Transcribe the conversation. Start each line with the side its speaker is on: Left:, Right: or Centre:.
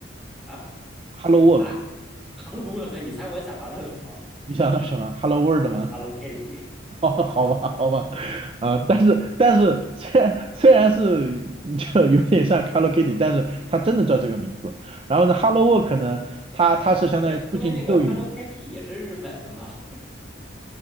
Centre: 啊
Right: Work，
Centre: 啊，Hello Work，<laughs> 你猜我想到了什么
Right: 你想到什么？Hello World
Centre: ？Hello
Right: 吗？
Centre: Kitty。
Right: <laughs> 哦好吧，好吧，嗯、但是但是虽然虽然是就有点像 Hello Kitty，但是它真的叫这个名字。然后呢，Hello Work 呢，它它是相当于促进就业的，
Centre: 对，因为那个 Hello Kitty 也是日本的嘛。